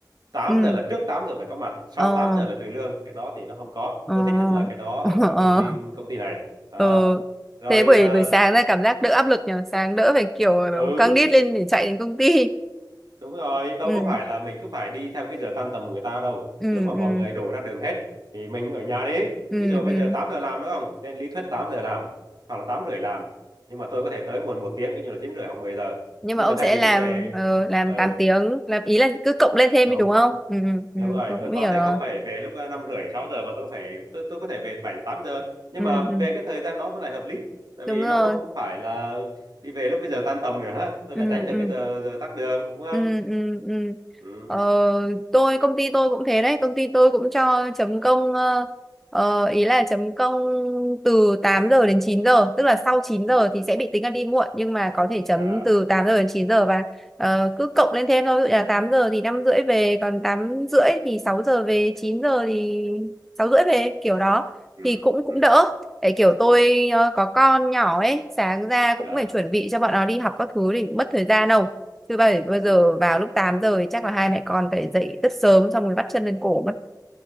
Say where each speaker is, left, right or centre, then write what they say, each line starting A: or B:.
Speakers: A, on the right; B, in the centre.
A: tám
B: ừ
A: giờ là trước 8 giờ phải có mặt sau
B: ờ
A: 8 giờ là trừ lương cái đó thì nó không có
B: ờ
A: tôi thích nhất là cái đó
B: <laughs> ờ
A: ở, ở
B: ờ
A: công ty công ty này đó
B: ờ.
A: rồi
B: thế buổi
A: ờ,
B: buổi sáng ra cảm giác đỡ áp lực nhỉ sáng đỡ phải kiểu
A: ừ
B: căng đít lên để chạy đến công ty
A: Đúng rồi, đâu
B: ừ
A: có phải là mình cứ phải đi theo cái giờ tan tầm của người ta đâu.
B: ừ
A: Cái lúc mà mọi
B: ừ
A: người đổ ra đường hết thì mình ở nhà đi.
B: ừ
A: Ví dụ bây
B: ừ
A: giờ 8 giờ làm đúng không? Trên lý thuyết 8 giờ làm hoặc là 8 rưỡi làm. Nhưng mà tôi có thể tới muộn một tiếng, ví dụ là 9 rưỡi hoặc 10 giờ.
B: nhưng
A: Nhưng
B: mà ông
A: mà thay
B: sẽ
A: vì
B: làm
A: tôi về
B: ờ, làm
A: ừ,
B: 8 tiếng làm ý là cứ cộng lên thêm
A: đúng,
B: đi đúng không ừ ừ ừ,
A: đúng rồi,
B: tôi
A: tôi
B: cũng hiểu
A: có thể
B: rồi
A: không phải về lúc ờ, 5 rưỡi 6 giờ mà tôi phải tôi tôi có thể về 7 giờ 8 giờ. Nhưng
B: ừ
A: mà
B: ừ
A: về cái thời gian đó nó lại hợp lý. Tại
B: đúng
A: vì
B: rồi
A: nó không có phải là đi về lúc cái giờ tan tầm nữa ha. Tôi
B: ừ
A: lại tránh được
B: ừ
A: cái giờ giờ tắc đường, đúng không?
B: ừ ừ ừ
A: Ừ,
B: ờ, tôi công ty tôi cũng thế đấy công ty tôi cũng cho chấm công ờ, ờ, ý là chấm công từ 8 giờ đến 9 giờ tức là sau chín
A: ừ,
B: giờ
A: ừ.
B: thì sẽ bị tính là đi muộn nhưng mà có thể chấm
A: À.
B: từ 8 giờ đến 9 giờ và ờ, cứ cộng lên thêm thôi ví dụ là 8 giờ thì 5 rưỡi về còn 8 rưỡi thì 6 giờ về 9 giờ thì 6 rưỡi về kiểu đó
A: ừ
B: thì cũng cũng
A: ừ
B: đỡ Để kiểu tôi ờ, có con nhỏ ấy sáng ra cũng
A: ờ,
B: phải chuẩn bị cho bọn nó đi học các thứ thì cũng mất thời gian đâu chứ bảy bây giờ
A: ừ
B: vào lúc 8 giờ thì chắc là hai mẹ con phải dậy rất sớm xong rồi bắt chân lên cổ mất